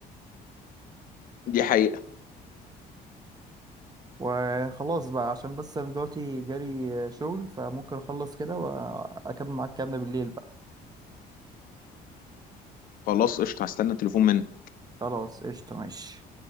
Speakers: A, on the left (about 55°); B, on the right (about 25°).
A: دي حقيقه
B: وخلاص بقى عشان بس انا دلوقتي جالي آه، شغل فممكن اخلص كده واكمل معاك كلامنا بالليل بقى
A: خلاص قشطه هستنى تليفون منك
B: خلاص قشطة ماشي